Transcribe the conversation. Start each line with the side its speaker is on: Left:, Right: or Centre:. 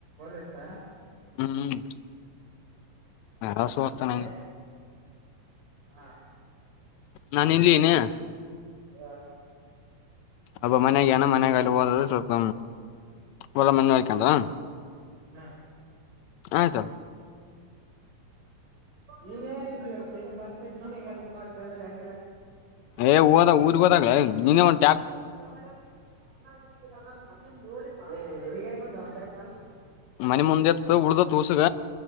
Right: ಲಸಾ
Left: ಹ್ಮ್ ನಸು
Right: ಪಿ
Left: ಹತ
Right: ಸಿ
Left: ನಂಗ
Right: ಹಾ
Left: ನಾನ ಇಲ್ಲಿ ನೆ
Right: ಹಾ
Left: ಅಬ್ ಮನ್ಯಾಗ ನ ಮನೆಗಲಿ ಹೋದ್ರ ಸ್ವಲ್ಪ ಒಳ್ಳ ಮ ಹಕೊಂಡ್ರ
Right: ಹ್ಮ
Left: ಆಯ್ತ
Right: ನೀನೇ ಇಲ್ಲಿ ಇರ್ತ ಮತ್ತೆ ನೀನ್ೇ ಕೆಲ್ಸ ಮಾಡ್ತಾ ಅ್ರ ಹೆಂಗಲ್ಲ
Left: ಏ ಓದ ಊರ್ಗ್ ಗೋದಾಗ ನೀ ಒಂಟ
Right: ಣ ನೋಡಿಗಂಟ್ಯಾ ಮಾಡ
Left: ಮನೆ ಮುಂದೆತ್ತು ಉಡ್ದತ್ಸಗ